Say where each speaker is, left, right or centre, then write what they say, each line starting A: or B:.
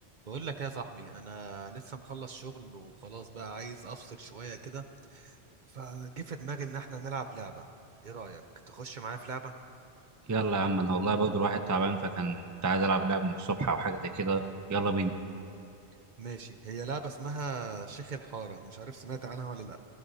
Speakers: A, on the right; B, on the right.
A: بقول لك يا صاحبي انا لسه مخلص شغل وخلاص بقى عايز افصل شويه كده فجه في دماغي ان احنا نلعب لعبه ايه رايك تخش معايا في لعبه
B: يلا يا عم انا والله برضه الواحد تعبان فكان كنت عايز العب لعبه من الصبح او حاجه زي كده يلا بينا
A: مم. ماشي هي لعبه اسمها شيخ الحاره مش عارف سمعت عنها ولا لا